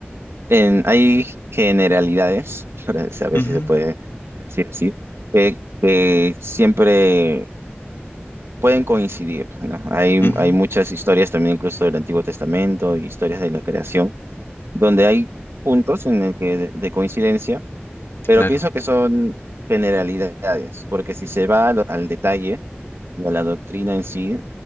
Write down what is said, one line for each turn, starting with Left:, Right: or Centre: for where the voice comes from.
Right: en, hay generalidades, <laughs> para saber
Left: Ujú,
Right: si se puede decir así, que, que siempre pueden coincidir, ¿no? Hay,
Left: ujú,
Right: hay muchas historias también incluso del Antiguo Testamento, historias de la creación, donde hay puntos en el que de, de coincidencia, pero
Left: claro.
Right: pienso que son generalidades, porque si se va a lo- al detalle y a la doctrina en sí,